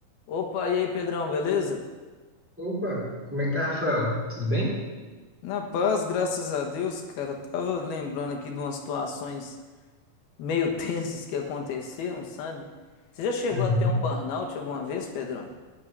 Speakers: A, on the left; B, in the centre.
A: Opa, e aí, Pedrão, beleza?
B: Opa, como é que tá, Rafael? Tudo bem?
A: Na paz, graças a Deus, cara. Eu tava lembrando aqui de umas situações meio <laughs> tensas que aconteceram, sabe? Você já chegou
B: Uhum.
A: a ter um burnout alguma vez, Pedrão?